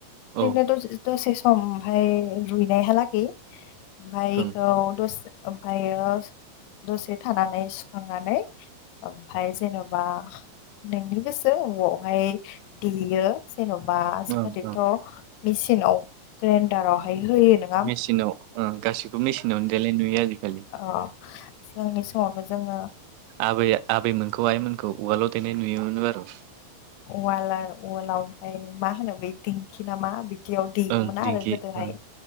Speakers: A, on the right; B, on the left.
A: औ
B: ओनो दसे सम ओमफय रुइनाय ओमफायखौ
A: ओं
B: द ओमफ्रायो दसे थानानै सुखांनानै ओमफ्राय जेनेबा नोंनि गोसो अबावहाय देयो जेन'बा आजिखालिथ'
A: ओं ओं
B: मेचिनाव ग्राइडारावहाय होयो नोंथां।
A: मेचनाव गासिबो मेसिनावनो देलनाय नुयो आजिखालि।
B: औ सिगांनि समावथ' जोंङो।
A: आबैय आबैमोनखौ आइमोनखौ उवाल' देनाय नुयोमोन आरो'
B: उवाल उवालाव ओमफफ्राय मा होनो बे दिंखि नामा बि बिदियाव देयोमोना
A: ओं दिंखि
B: आरो गोदोहाय।
A: ओं